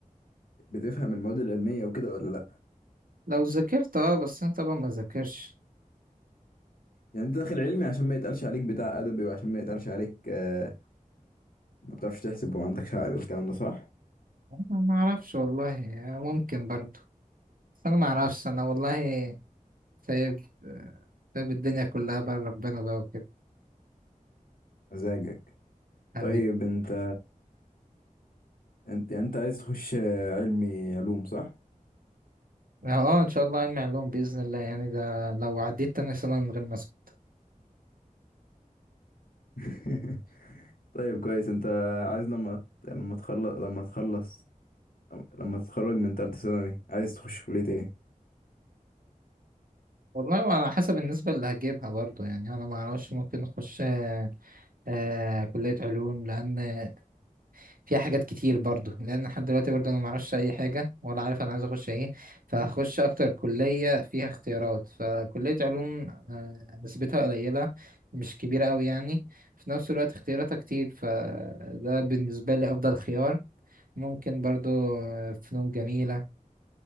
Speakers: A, on the left; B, on the right.
A: بتفهم المواد العلميه وكده ولا لا
B: لو ذاكرت اه بس انا طبعا ما ذاكرش
A: يعني انت داخل علمي عشان ما يتقالش عليك بتاع ادبي وعشان ما يتقالش عليك آه، ما بتعرفش تحسب وما عندكش عقل الكلام ده صح
B: أنا ما اعرفش والله يعني ممكن برضو بس انا ما اعرفش انا والله سايب آه، سايب الدنيا كلها بقى ربنا بقى وكده
A: مزاجك
B: حبيبي
A: طيب انت انت يعني انت عايز تخش آه، علمي علوم صح
B: اه آه، ان شاء الله علمي علوم باذن الله يعني ده لو عديت تاني سنه من غير ماسك
A: <laughs> طيب كويس انت عايز لما لما تخلص لما تخلص لما تتخرج من تالتة ثانوي عايز تخش كلية ايه
B: والله وعلى حسب النسبه اللي هجيبها برضو يعني انا ما اعرفش ممكن اخش آه آه، كليه علوم لان فيها حاجات كتير برضو لان لحد دلوقتي برضو انا ما اعرفش اي حاجه ولا عارف انا عايز اخش ايه فهخش اكتر كليه فيها اختيارات فكليه علوم آه نسبتها قليله مش كبيره قوي يعني في نفس الوقت اختياراتها كتير فده بالنسبه لي افضل خيار ممكن برضو آه، فنون جميله